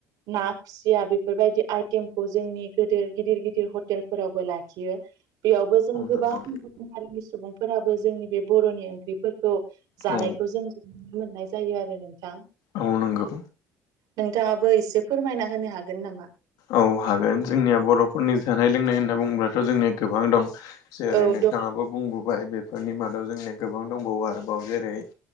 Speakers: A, on the right; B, on the left.
A: ना खुसिया बि फोरबायदि आइटेमखौ जोंनि गोदिर गिदिर गिदिर हटेलफोरावबो लाखियो बेयावबो जों गोबां
B: नंगौ
A: गुबुन हारिनि सुबुंफोराबो जोंनि बे बर'नि ओंख्रिफोर खौ जानायखौ
B: औ
A: जों नुनो मोननाय जायो आरो नोंथां
B: आं नोंगौ
A: नोंथाङाबो एसे फोरमायना होनो हागोन नामा
B: औ हागोन जोंनिया बर'फोरनि जानाय लोंनाय होनना बुंङोब्लाथ जोंनिया गोबां दं जेरै
A: औ
B: नोंथाङाबो
A: दं
B: बुंबोबाय बेफोरनि मादाव जोंनिया गोबां दंबावो आरोबाव जेरै